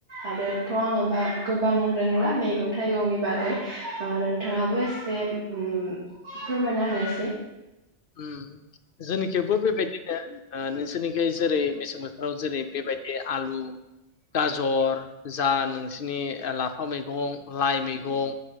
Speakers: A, on the right; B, on the left.
A: आरोथ आङो बा गोबां रोंला मैगं थाइगंनि बागै ओ नोंथाङाबो एसे उम फोरमायना होनायसै।
B: उम जोंनि खेवबो बेबायदिनो नोंसोरनिखै जेरै मेसें बोथोराव जेरै बेबायदि आलु गाजर जा नोंसिनि लाफा मैगं लाइ मैगं